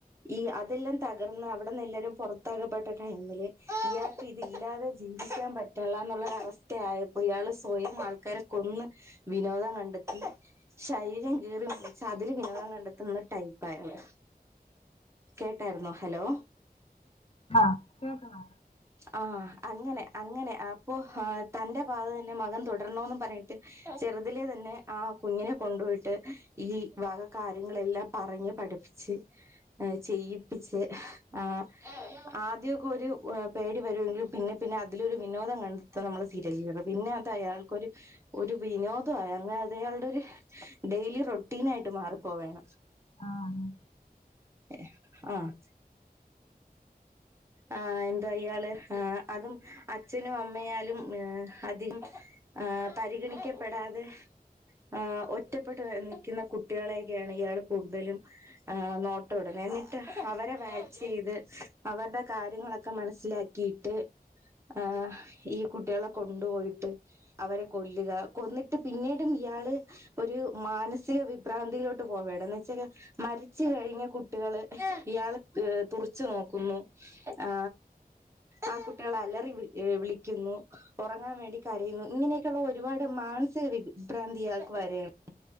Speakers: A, on the right (about 15°); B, on the left (about 35°).
A: ഈ അതെല്ലാം തകർന്ന് അവിടെന്ന് എല്ലാരും പുറത്താക്കപ്പെട്ട ടൈമില് ഇയാൾക്ക് ഇതില്ലാതെ. ജീവിക്കാൻ പറ്റുള്ള എന്നുള്ളര അവസ്ഥയപ്പോ ഇയാള് സ്വയം ആൾക്കാരെ കൊന്ന്. വിനോദം കണ്ടെത്തി. ശരീരം കീറി മുറിച് അതില് വിനോദം കണ്ടെത്തുന്ന ടൈപ്പായിരുന്നു. കേട്ടായിരുന്നോ ഹലോ?
B: ആഹ കേക്കണോ
A: ആഹ അങ്ങനെ അങ്ങനെ അപ്പോ ആ തന്റെ പാത തന്നെ മകൻ തുടരണന്ന് പറഞ്ഞിട്ട്. ചെറുതിലെ തന്നെ ആ കുഞ്ഞിനെ കൊണ്ടുപോയിട്ട് ഈ വാക കാര്യങ്ങളെല്ലാം. പറഞ്ഞ് പഠിപ്പിച്ച്. ചെയ്യിപ്പിച്ച് ആ ആദ്യക്കെ ഒരു. പേടി വരുമെങ്കിലും പിന്നെ പിന്നെ അതിലൊരു വിനോദം കണ്ടെത്താൻ നമ്മൾ സീരിയൽ കില്ലർ പിന്നെ അത് അയാൾക്കൊരു. ഒരു വിനോദയ അങ്ങനെ അതയാ ളുടെ ഒരു ഡെയിലി റൊട്ടീൻ ആയിട്ട് മാറിപ്പോ വേണ്.
B: ആഹ്.
A: ഏ ആഹ് ആ എന്ത അയയാള് ആ അതും അച്ഛനും അമ്മയാലും. ഏ അതി പരിഗണിക്കപ്പെടാതെ. ആ ഒറ്റപ്പെട്ട് നിക്കുന്ന കുട്ടികളെയൊക്കെയാണ് ഇയാൾ കൂടുതലും. ആ നോട്ടടും എന്നിട്ട് അവരെ വാച്ച് ചെയ്ത്. അവരുടെ കാര്യങ്ങളൊക്കെ മനസ്സിലാക്കിയിട്ട്. ആ ഈ കുട്ടികളെ കൊണ്ടുപോയിട്ട്. അവരെ കൊല്ലുക. കൊന്നിട്ട് പിന്നീടും ഇയാള്. ഒരു മാനസിക വിഭ്രാന്തിയിലോട്ട് പോവാണ്. എന്ന് വെച്ചാൽ മരിച്ചു കഴിഞ്ഞ കുട്ടികള് ഇയാളെ തുറി ച്ചു നോക്കും. ന്നു ആ ആ കുട്ടിള് അലറി വിളിക്കുന്നു. ഉറങ്ങാൻ വേണ്ടി കരയുന്നു. ഇങ്ങനെയൊക്കെയുള്ള ഒരുപാട് മാനസിക വിഭ്രാന്തിയാക്ക് വരയാണ്.